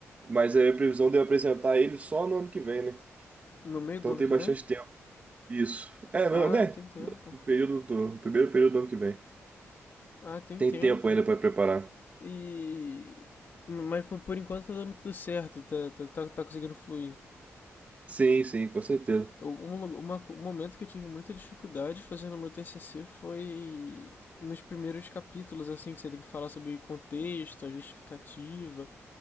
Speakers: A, on the right; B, on the left.
A: mas é a previsão de eu apresentar ele só no ano que vem, né?
B: No meio
A: Então
B: do ano
A: tem
B: que
A: bastante
B: vem?
A: tempo. Isso. É, não,
B: Ah,
A: né?
B: tem tempo.
A: No período do, no primeiro período do ano que vem.
B: Ah, tem
A: Tem
B: tempo.
A: tempo ainda para preparar.
B: E mas por, por enquanto tá dando tudo certo, tá, tá, tá, tá conseguindo fluir.
A: Sim, sim, com certeza.
B: Eu- Um, uma- um momento que eu tive muita dificuldade fazendo o meu TCC foi nos primeiros capítulos, assim, que você tem que falar sobre contexto, a justificativa.